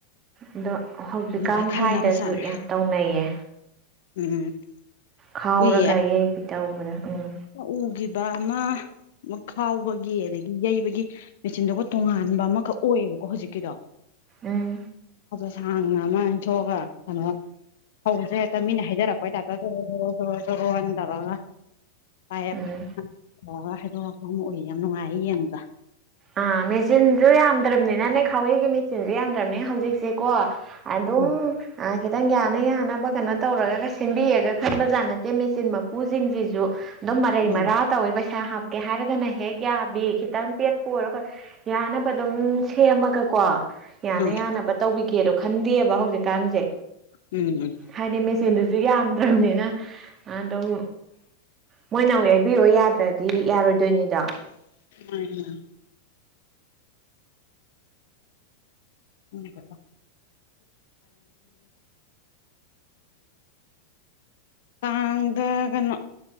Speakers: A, on the right; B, on the left.
A: ꯑꯗꯣ ꯍꯧꯖꯤꯛꯀꯥꯟ
B: ꯑꯗꯨꯃꯥꯏ ꯈꯜꯂꯕꯖꯥꯠꯅꯤ
A: ꯁ꯭ꯋꯥꯏꯗꯁꯨ ꯌꯥꯝ ꯇꯧꯅꯩꯌꯦ
B: ꯎꯝ
A: ꯈꯥꯎꯔꯒ
B: ꯎꯏ
A: ꯌꯩꯕꯤ ꯇꯧꯕꯗ ꯎꯝ
B: ꯎꯒꯤ ꯑꯃ ꯈꯥꯎꯕꯒꯤ ꯑꯗꯒꯤ ꯌꯩꯕꯒꯤ ꯃꯦꯆꯤꯟꯗꯣ ꯇꯣꯉꯥꯟꯕ ꯑꯃꯈꯛ ꯑꯣꯏꯌꯦꯕꯀꯣ ꯍꯧꯖꯤꯛꯀꯤꯗꯣ
A: ꯎꯝ
B: ꯁꯥꯡꯅ ꯑꯃ ꯏꯟꯊꯣꯛꯑꯒ ꯀꯩꯅꯣ ꯍꯧꯁꯦ ꯍꯦꯛꯇ ꯃꯤꯅ ꯍꯥꯏꯖꯔꯛꯄꯩ ꯇꯥꯏꯞꯇ ꯇꯟ ꯇꯔꯒ ꯐꯌꯦꯞ
A: ꯎꯝ
B: ꯇ ꯍꯥꯏꯗꯣꯛ ꯍꯥꯏꯄ ꯑꯃ ꯎꯏ ꯌꯥꯝ ꯅꯨꯡꯉꯥꯏ ꯌꯦꯡꯗ
A: ꯑꯥ ꯃꯦꯆꯤꯟꯁꯨ ꯌꯥꯝꯗ꯭ꯔꯕꯅꯤꯅꯅꯦ ꯈꯋꯦꯒꯤ ꯃꯦꯆꯤꯟꯁꯨ ꯌꯥꯝꯗ꯭ꯔꯕꯅꯤ ꯍꯧꯖꯤꯛꯁꯦ ꯀꯣ ꯑꯗꯣ
B: ꯎꯝ
A: ꯈꯤꯇꯪ ꯌꯥꯅ ꯌꯥꯅꯕ ꯀꯩꯅꯣ ꯇꯧꯔꯒ ꯁꯦꯝꯟꯕꯤꯔꯒ ꯈꯟꯕꯖꯥꯠ ꯅꯠꯇꯦ ꯃꯦꯆꯤꯟ ꯃꯄꯨꯁꯤꯡꯁꯤꯁꯨ ꯑꯗꯨꯝ ꯃꯔꯩ
B: ꯎꯝ
A: ꯃꯔꯥ ꯇꯧꯋꯤ ꯄꯩꯁꯥ ꯍꯥꯞꯀꯦ ꯍꯥꯏꯔꯒꯅ ꯍꯦꯛ ꯌꯥꯕꯤ ꯈꯤꯇꯪ ꯄꯦꯠꯄ ꯑꯣꯏꯔꯣꯒ ꯌꯥꯅꯕ ꯑꯗꯨꯝ ꯁꯦꯝꯃꯒꯀꯣ ꯌꯥꯅ
B: ꯎꯝ
A: ꯌꯥꯅꯕ ꯇꯧꯕꯤ ꯀꯦꯗꯣ ꯈꯟꯗꯦꯕ ꯍꯧꯖꯤꯛꯀꯥꯟꯁꯦ
B: ꯎꯝ
A: ꯍꯥꯏꯗꯤ ꯃꯦꯆꯤꯟꯗꯨꯁꯨ ꯌꯥꯝꯗ꯭ꯔꯕꯅꯤꯅ ꯑꯗꯨꯝ ꯃꯣꯏꯅ ꯑꯃꯨꯛ ꯌꯥꯏꯕꯤꯌꯣ ꯌꯥꯗ꯭ꯔꯗꯤ ꯌꯥꯔꯣꯏꯗꯣꯏꯅꯤꯗꯣ
B: ꯎꯝ ꯍꯗ ꯀꯥꯡꯗ ꯀꯩꯅꯣ